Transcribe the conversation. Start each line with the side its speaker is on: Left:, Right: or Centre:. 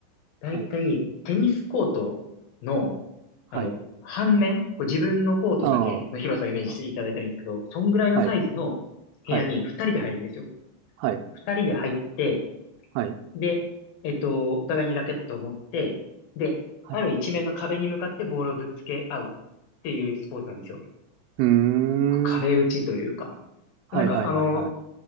Left: だいたいテニスコートの、
Right: はい。はい。
Left: あの、半面、こう自分のコートだけの広さをイメージしていただいたらいいんですけど、
Right: ああ。あ
Left: そんぐらいのサイズの部屋に2人で入るんですよ。
Right: はい。はい。はい。
Left: 二人で入って、
Right: はい。
Left: で、えっと、お互いにラケットを持って、で、
Right: はい。
Left: ある一面の壁に向かってボールをぶつけ合うっていうスポーツなんですよ。
Right: うー
Left: 壁打ちというか。
Right: ん。はいはいはいはい。
Left: なんか、あの、